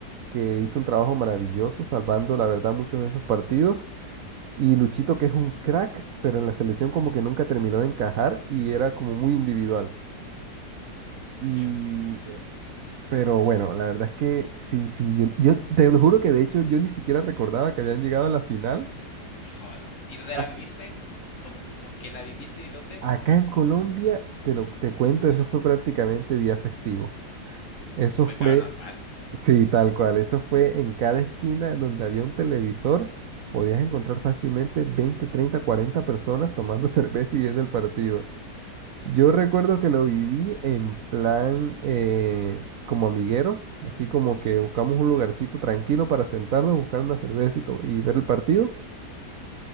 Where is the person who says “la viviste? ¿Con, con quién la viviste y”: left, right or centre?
Left